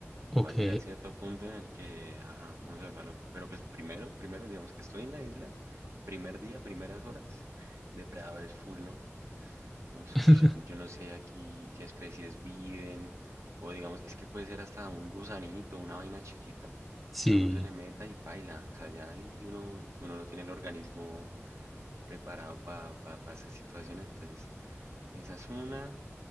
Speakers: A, in the centre; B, on the right.
A: Ok,
B: Va a llegar cierto punto en el que, ajá, uno se vuelve loco. Pero pues primero, primero, digamos que estoy en la isla, primer día, primeras horas, depredadores full, ¿no? Vamos,
A: <laughs>
B: ush, yo no sé aquí qué especies viven, o digamos, es que puede ser hasta un gusanito, una vaina chiquita,
A: sí,
B: que a uno se le meta y paila. O sea, ya ahí uno, uno no tiene el organismo preparado para esas situaciones, entonces esa es una.